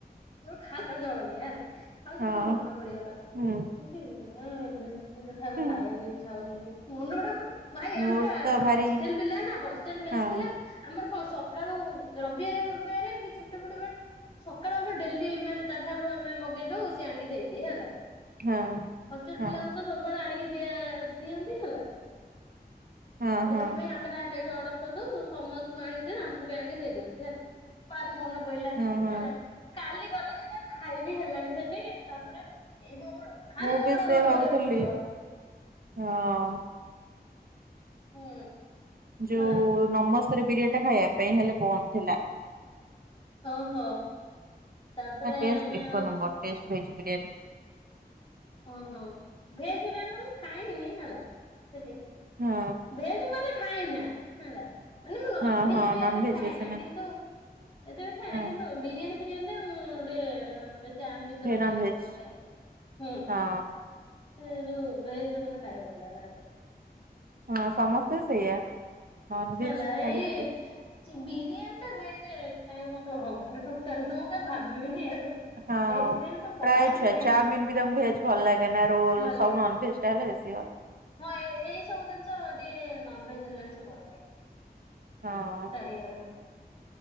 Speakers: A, on the left; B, on the right.
A: ଖା ଖା ଜଳଖିଆ ହେଲା ଖାଉଚି
B: ହଁ
A: ମୋର ମନେ ପଡିଗଲା।
B: ହୁଁ
A: ହଁ ଏଲ ଏନ ଟିରେ
B: ହୁଁ
A: ଖାଇବାକୁ ଇଚ୍ଛା ହଉଛି ମନ ଗୁଡାକ ଭାଇ ଆମେ
B: ମୋର
A: ପା
B: ତ ଭାରି
A: ହଷ୍ଟେଲ ପିଲା ନା ହଷ୍ଟେଲ ମେସ୍
B: ହଁ
A: ପିଲା ଆମର କଣ ସକାଳୁ ରବିବାର ହବରେ କି ଛୁଟି ଫୁଟି ସକାଳୁ ଆମେ ଡେଲି ମାନେ ତାଠାରୁ ଆମେ <unintelligible> ସେ ଆଣିକି ଦେଇଦିଏ ହେଲା
B: ହଁ
A: ହୋଷ୍ଟେଲ
B: ହଁ
A: ପିଲା ମାନଙ୍କୁ ତ ସବୁବେଳେ ଆଣିକି ଦି ଦିଅନ୍ତି ହେଲା
B: ହଁ
A: ସେଥିପାଇଁ
B: ହଁ
A: ଆମେ କ ସେଇଠି ଅର୍ଡର କରିଦେଉ ସମସ୍ତଙ୍କୁ ଆଣିକି ଦିଅ ଆମକୁ ବି ଆଣିକି ଦେଇ ଦିଅନ୍ତି ହେଲା ମନେ ପାଇଲା
B: ହଁ ହଁ
A: ହେଲା ଗଲୁ କିନ୍ତୁ ଖାଇବି ହେଲାନି ସେଠି ତାପରେ ଦୌଡ ଏଇ ଦୌଡା ହାର
B: ମୁଁ
A: ଦୌଡା
B: ବି ସେ
A: ଦୌଡି
B: ଭାବୁଥିଲି
A: କରିବାକୁ ପଡିବ।
B: ହଁ।
A: ହୁଁ।
B: ଯୋଉ
A: ହେଲା
B: ନମସ୍ତାରେ ପିରିଅଡ ଟା ଖାଇବା ପାଇଁ ହେଲେ ବନ୍ଦ ଥିଲା,
A: ଓହୋ ତାପରେ
B: ତା ଟେଷ୍ଟ
A: ଆମେ
B: ଏକ ନମ୍ବର ଟେଷ୍ଟ ଭେଜ ବିରିୟାନୀ
A: ଓହୋ ଭେଜ ବିରିୟାନୀ ମୁଁ ଖାଇନି ହେଲା ସେଠି
B: ହଁ
A: ଭେଜ ମତେ ଖାଏନା ହେଲା। ମାନେ ମୁଁ ନନଭେଜ
B: ହଁ ହଁ
A: ବି
B: ନନଭେଜ
A: ଏତେ ଖାଏ
B: ବେଶୀ
A: ନା କିନ୍ତୁ ଏତେ ବି ଖାଏ
B: ହଁ
A: ନା କିନ୍ତୁ ବିରିୟାନି <unintelligible> ଗୋଟେ ବେସ୍ ସେ ଆମିଷର ଖାଇବାକୁ
B: ନନଭେଜ
A: ଭଲ ପାଏ ହୁଁ ହୁଁ
B: ହଁ
A: ସେ ଯୋଉ ଭେଜ ମତେ ଖାଇବାକୁ ଭଲାଗ ନା ଏତେ।
B: ହଁ ସମସ୍ତେ ସେଇଆ ନନଭେଜ
A: ହେଲା ଏଇ
B: ଛାଡ଼ିକି
A: ବିରିୟାନୀ ଟା ଭେଜ ଖାଇବା ମତେ ଭଲ ଲାଗେ ଟୋଟାଲ ତ ମୁଁ କା ଭାବିବିନି ଆଉ ଭେଜ୍
B: ହଁ।
A: ବିରିଆନି ତ ପଳା
B: ପ୍ରାୟ
A: ମୁଁ
B: ଛୁଆ
A: ଖାଇବିନି
B: ଚାଉମିନ ବି ତାଙ୍କୁ ଭେଜ୍ ଭଲ ଲାଗେ ନା ରୋଲ
A: ଭଲ ଲାଗେନି
B: ସବୁ ନନ ଭେଜ ଟା ହେଲେ ବେସି
A: ହଁ ଏଇ ସବୁ ଜିନିଷ ଟିକେ ନନଭେଜ ହେଲେ ବିଶ ଭଲ ଲାଗେ।
B: ହଁ
A: ଖାଇବାକୁ।